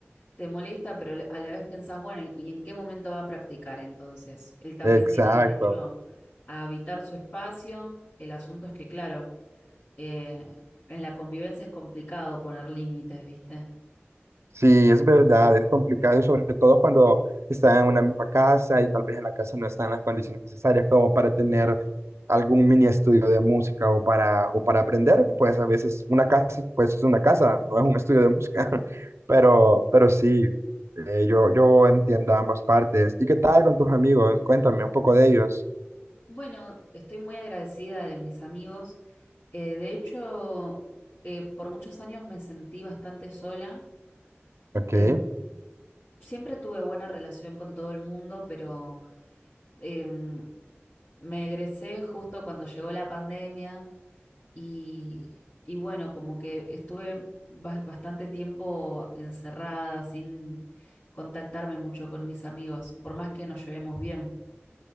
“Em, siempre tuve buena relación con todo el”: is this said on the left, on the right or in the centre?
Left